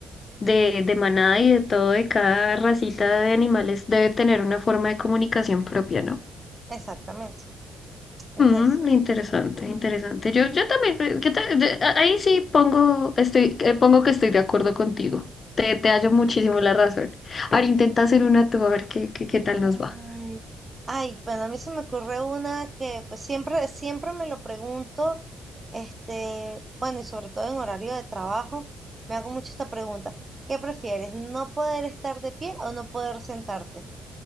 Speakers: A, on the left; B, on the right.
A: de, de manada y de todo, de cada racita de animales debe tener una forma de comunicación propia, ¿no?
B: Exactamente. Entonces,
A: Mm, interesante, interesante. Yo, yo también, eh, ¿qué tal? De- a- ahí sí pongo, estoy, eh, pongo que estoy de acuerdo contigo. Te, te hallo muchísimo la razón. Ahora intenta hacer una tú, a ver qué, qué, qué tal nos
B: mm,
A: va.
B: ay, bueno, a mí se me ocurre una que pues siempre, siempre me lo pregunto, este, bueno, y sobre todo en horario de trabajo, me hago mucho esta pregunta. ¿Qué prefieres, no poder estar de pie o no poder sentarte?